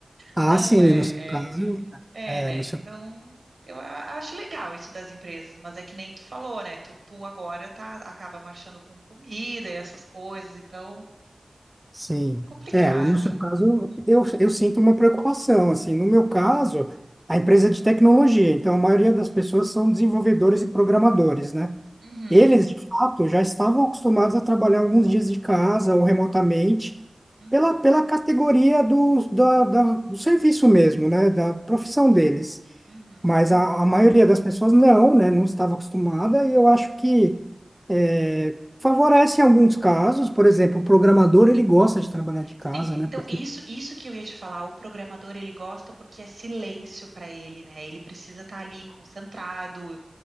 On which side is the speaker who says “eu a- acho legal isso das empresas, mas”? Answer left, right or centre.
Right